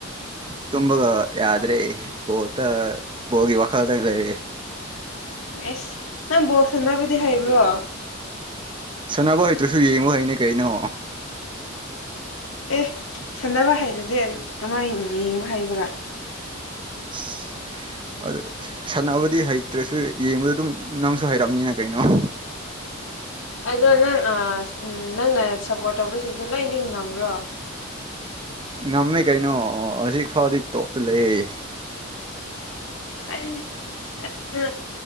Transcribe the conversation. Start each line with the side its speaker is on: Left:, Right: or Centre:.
Right: ꯇꯨꯝꯕꯒ ꯌꯥꯗ꯭ꯔꯦ ꯕꯣꯜꯗ ꯕꯣꯜꯒꯤ ꯋꯥꯈꯜꯗ ꯂꯩꯔꯦ
Left: ꯑꯦꯁ ꯅꯪ ꯕꯣꯜ ꯁꯟꯅꯕꯗꯤ ꯍꯩꯕ꯭ꯔꯣ
Right: ꯁꯥꯟꯅꯕ ꯍꯩꯇ꯭ꯔꯁꯨ ꯌꯦꯡꯕ ꯍꯩꯅꯦ ꯀꯩꯅꯣ
Left: ꯑꯦ ꯁꯥꯟꯅꯕ ꯍꯩꯇꯔꯗꯤ ꯀꯃꯥꯏꯅ ꯌꯦꯡꯕ ꯍꯩꯕ꯭ꯔꯥ
Right: <inaudible> ꯑꯗꯨ ꯁꯥꯟꯅꯕꯗꯤ ꯍꯩꯇ꯭ꯔꯁꯨ ꯌꯦꯡꯕꯗꯤ ꯑꯗꯨꯝ ꯅꯪꯁꯨ ꯍꯩꯔꯝꯅꯤꯅ ꯀꯩꯅꯣ
Left: ꯑꯗꯣ ꯅꯪ-ꯑ-ꯅꯪꯅ ꯁꯞꯄꯣꯔꯠ ꯇꯧꯕꯁꯤꯡꯗꯣ ꯂꯣꯏꯗꯤ ꯉꯝꯕ꯭ꯔꯣ
Right: ꯉꯝꯃꯦ ꯀꯩꯅꯣ ꯑꯣ ꯍꯧꯖꯤꯛ ꯐꯥꯎꯗꯤ ꯇꯣꯞꯇ ꯂꯩꯌꯦ
Left: ꯐꯔꯦꯅꯦ ꯑꯗꯨ